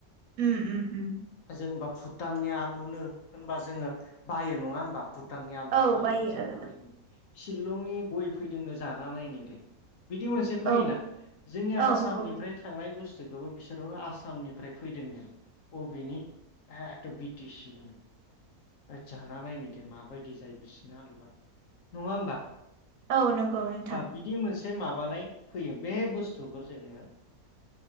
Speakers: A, on the right; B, on the left.
A: उम उम उम
B: जोंबा भुटाननि आलुनो होनबा जोङो बायो नङा होमबा भुट भुटाननि आलुआ
A: औ
B: माबायदि
A: बायो
B: जाना नायो शिलंनि गय फैदोंनो जाना नायनि दे। बिदि मोनसे फैयोना
A: ओ
B: जोंनि
A: ओ औ
B: आसामनिफ्राय
A: औ
B: थांनाय बुस जोंखौबो बिसोरो आसामनिफ्राय फैदोंनो अबेनि हे एथ बिटि सि नि होद जाना नायनो दे माबायदि जायो बिसोरनि आलुवा नङा होमबा?
A: औ नंगौ नोंथां।
B: बिदि मोनसे माबानाय फैयो बे बुस्थुखौ जोङों